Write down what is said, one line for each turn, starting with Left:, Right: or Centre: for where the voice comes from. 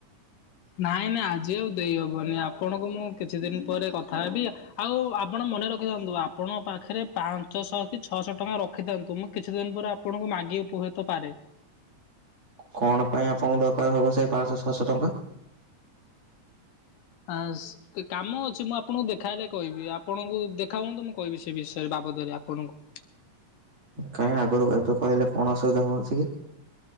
Left: ନାଇଁ ନାଇଁ ଆଜି ଆଉ ଦେଇହବନି ଆପଣଙ୍କୁ ମୁଁ କିଛି ଦିନ ପରେ କଥା ହେବି ଉ ଆଉ ଆପଣ ମନେ ରଖିଥାନ୍ତୁ ଆପଣଙ୍କ ପାଖରେ ପାଞ୍ଚଶହ କି ଛଅଶହ ଟଙ୍କା ରଖିଥାନ୍ତୁ ମୁଁ କିଛି ଦିନ ପରେ ଆପ ଆପଣଙ୍କୁ ମାଗି ଉପତ ପାରେ
Right: କଣ ପାଇଁ ଆପଣଙ୍କୁ ଦରକାର ହବ ସେଇ ପାଞ୍ଚଶହ ଛଅଶହ ଟଙ୍କା?
Left: ଆସ୍ କାମ ଅଛି ମୁଁ ଆପଣଙ୍କୁ ଦେଖାହଲେ କହିବି ଆପଣଙ୍କୁ ଦେଖା ହୁଅନ୍ତୁ ମୁଁ କହିବି ସେ ବିଷୟରେ ବାବଦରେ ଆପଣଙ୍କୁ।
Right: କାଇଁ ଆଗରୁ ଏବେ କହିଲ କଣ ଅସୁବିଧା ହୁଅଛି କି?